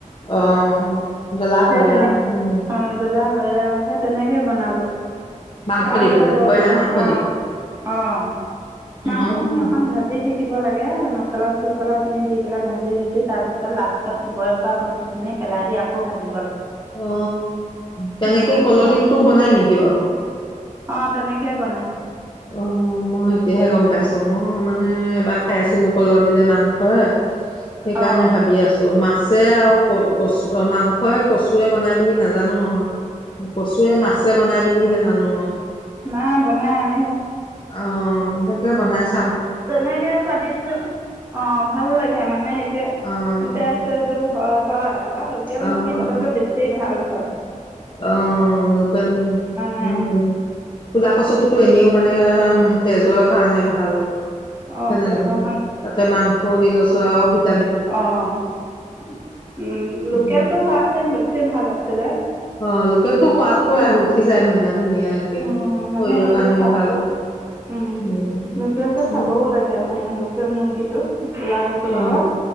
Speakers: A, on the left; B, on the right.
A: আহ জ্বলা
B: সেই
A: হয়
B: তেনে
A: আহ উম
B: অ জ্বলা হয় আও হে তেনেকৈ বনালোঁ
A: মাংস
B: খাই
A: দি
B: আকৌ
A: পেলাই
B: বৰ
A: ব্ৰইলাৰ মাংস
B: অ
A: দি
B: অ মাংস
A: অ',
B: খিনি অকমান ভাজি দি থাকিব লাগে মছলা চছলাখিনি দি পেলাই ভাজি ভাজি তাৰপিছত লাষ্টত বইল কৰা ক পানী খিনি পেলাই দি আকৌ ভাজি
A: অ তেনেকে
B: অ
A: কলদিলটো
B: ভাল
A: বনাই নেকি বাৰু
B: অ তেনেকেই বনাই
A: অ মই এতিয়াহে গম পাইছো মই মানে এবাৰ খাই আছিলো কলহ দিলে মাংস সেইকাৰণে
B: অ
A: ভাবি আছো মাক আছে আৰু ক কচু মাংসই কচুৱে বনাই বুলি নাজানো নহয় কচুৱে মাছে বনাই বুলিহে জানো মই অ
B: নাই বনাম
A: অ তহঁতে কিয় বনাইছ
B: তেনেকে খাবিছো অ ভাল লাগে মানে এতিয়া
A: অ',
B: তেজ তেজো হয় হয় বা লোকেল
A: অ',
B: মুৰ্গী হ'লেতটো বেছি ভাল হয় হয়
A: অ লোকেল
B: নাই
A: উম কোলা কচুতো এনেও মানে এনে তেজৰ কাৰণে ভাল
B: অঁ
A: হয় নে
B: তেজৰ
A: নহয় তাতে মাংস দি লৈছ <unintelligible>
B: অ উ লোকেলতটো
A: উম,
B: হোৱা হেতেন বেছি বেছি ভাল আছিলে
A: অ লোকেল তো সোৱাদ টো উঠি যায় মানে ধুনীয়াকে।
B: উ মানে
A: শৰীৰৰ
B: সেইটো
A: কাৰণেও
B: খা
A: ভাল।
B: উম
A: উম,
B: লোকেল টো খাবও লাগে মানে লোকেল মুৰ্গীটো ক'লা কচুৰ লগত
A: অ